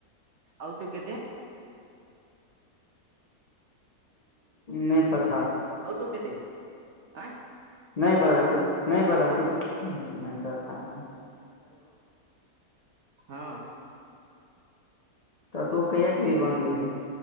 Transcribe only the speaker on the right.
आउ तू देते
आओतो केते आय
हाँ <unintelligible>